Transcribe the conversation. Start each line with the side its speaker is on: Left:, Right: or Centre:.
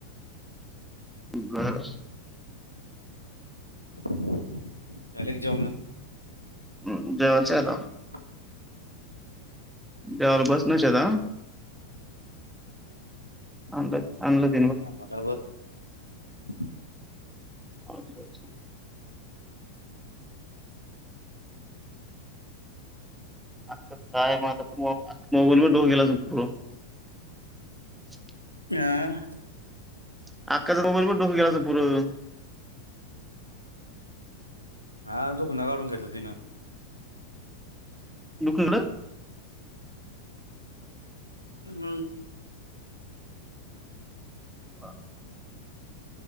Centre: बर
Right: झाले का जेवणं
Centre: हम्म जेवायचे आता
Right: <inaudible>
Centre: जेवायला बसणच आता <unintelligible>
Right: ह मला <unintelligible>
Centre: अच्छा अच्छा <unintelligible> <inaudible>
Right: <inaudible>
Centre: <unintelligible>
Right: हा दुखनं काढून घेतलं तिनं
Centre: दुखणं
Right: मंग
Centre: हा